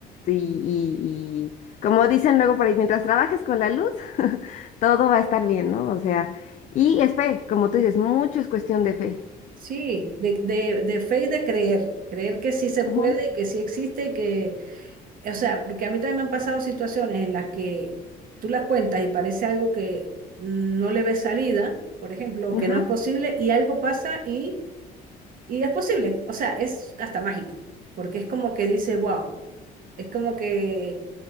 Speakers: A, on the left (about 45°); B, on the right (about 55°).
A: y, y- y- como dicen luego por ahí, mientras trabajes con la luz, <laughs> todo va a estar bien, ¿no? O sea, y es fe, como tú dices, mucho es cuestión de fe.
B: Sí, de, de, de fe y de creer, creer que sí se
A: Ujú.
B: puede y que sí existe y que O sea, porque a mí también me han pasado situaciones en las que tú las cuentas y parece algo que mm, no le ves salida, por ejemplo, o
A: Ajá,
B: que no es posible, y algo pasa y, y es posible. O sea, es hasta mágico, porque es como que dice, wow, es como que